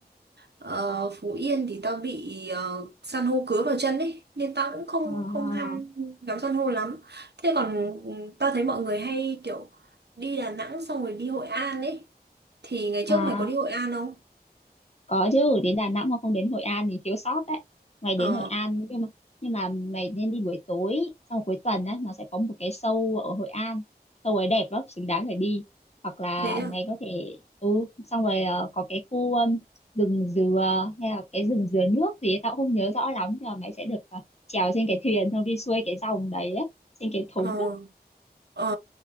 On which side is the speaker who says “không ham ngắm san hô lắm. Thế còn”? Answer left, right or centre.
Right